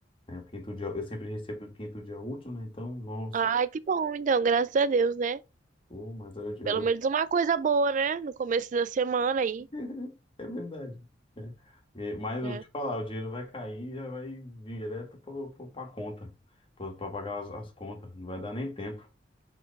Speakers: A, on the left; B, on the right.
A: né? o quinto dia, eu sempre recebo o quinto dia útil, né? Então, nossa,
B: Ai, que bom, então, graças a Deus, né?
A: pô, mas eu, eu
B: Pelo
A: vou
B: menos
A: te
B: uma coisa boa, né? No começo da semana aí,
A: <laughs> É verdade. É. É, Mas eu
B: né?
A: te falar, o dinheiro vai cair e já vai direto para a conta, para pagar as, as contas. Não vai dar nem tempo.